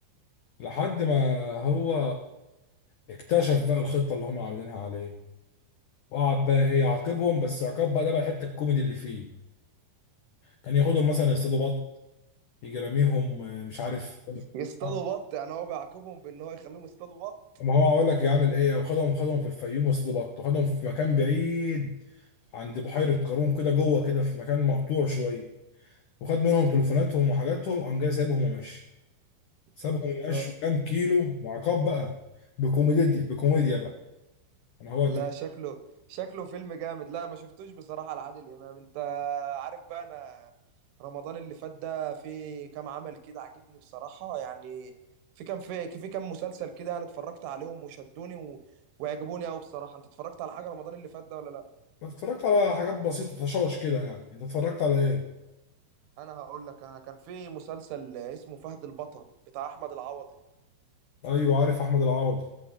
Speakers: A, on the left (about 80°); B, on the right (about 80°).
A: لحد ما هو اكتشف بقى الخطة اللي هم عاملينها عليه وقعد بقى ايه يعاقبهم بس عقاب بقى ده بقى الحتة الكوميدي اللي فيه كان ياخدهم مثلا يصطادوا بط يجي راميهم آه، مش عارف
B: يصطادوا
A: آه.
B: بط يعني هو بيعاقبهم بان هو يخليهم يصطادوا بط
A: ما هو هقول لك يعمل ايه وخدهم خدهم في الفيوم يصطادوا بط وخدهم في مكان بعيد عند بحيرة قارون كده جوه كده في مكان مقطوع شوية وخد منهم تليفوناتهم وحاجاتهم قام جاي سايبهم وماشي سابهم
B: <laughs> ده
A: يمشوا كام كيلو وعقاب بقى بكوميديا دي بكوميديا بقى انا هو
B: لا
A: ت-
B: شكله شكله فيلم جامد لا ما شفتوش بصراحة لعادل إمام انت عارف بقى انا رمضان اللي فات ده في كام عمل كده عجبني بصراحة يعني في كام في في كام مسلسل كده انا اتفرجت عليهم وشدوني و... وعجبوني قوي بصراحة انت اتفرجت على حاجة رمضان اللي فات ده ولا لا
A: اتفرجت على حاجات بسيطه طشاش كده يعني انت اتفرجت على ايه
B: انا هقول لك انا كان في مسلسل اسمه فهد البطل بتاع احمد العوضي
A: ايوه عارف احمد العوضي